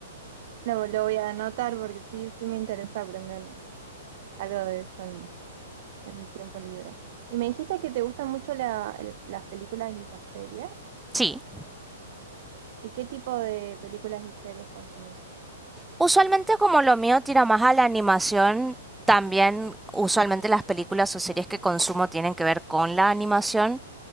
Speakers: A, on the right; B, in the centre.
A: Lo, lo voy a anotar porque sí, sí me interesa aprender algo de eso en, en tiempo libre. Y me dijiste que te gustan mucho la- el- las películas y las series.
B: Sí,
A: ¿Y qué tipo de películas y series consumís?
B: Usualmente como lo mío tira más a la animación, también usualmente las películas o series que consumo tienen que ver con la animación,